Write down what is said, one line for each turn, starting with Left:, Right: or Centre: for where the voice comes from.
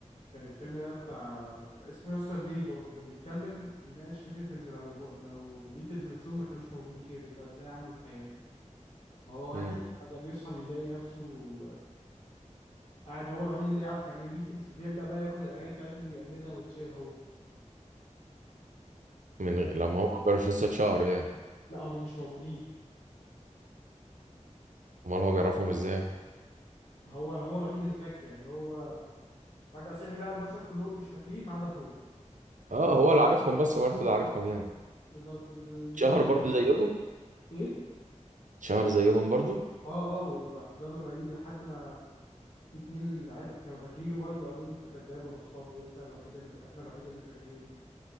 Left: كان الفيلم ده بتاع اسمه يستر داي برضه كان بيتكلم بيناقش فكرة إن لو هو- لو بيتلز نفسهم ما كانوش موجودين كانت هتبقى إزاي عاملة الحياة هو واحد
Right: مم.
Left: فجأة بيصحى بيلاقي نفسه آه، قاعد هو الوحيد اللي يعرف يعني إيه بيتلز فبيبدأ بقى ياخد الأغاني بتاعتهم ويقلدها ويتشير هو
Right: من
Left: ده جد
Right: غ- لما هم كانوش لسه اتشهروا يعني
Left: لا هما مش موجودين
Right: امال هو بيعرفهم ازاي
Left: ما هو هو الوحيد اللي فاكر يعني هو فجأة صحي لقى البشر كلهم مش فاكرين ما عدا هو
Right: اه هو اللي عارفهم بس هو الوحيد اللي عارفهم
Left: اه
Right: يعني
Left: بالظبط دي, دي
Right: شهر
Left: دي كانت
Right: برضو زيهم
Left: ايه
Right: شهر زيهم برضو
Left: اه اه وراح له ملايين لحد ما في اتنين عرف كانوا فاكرينه برضو قالوا له انت كذاب ونصاب وانت الوحيد اللي احنا الوحيد اللي فاكرين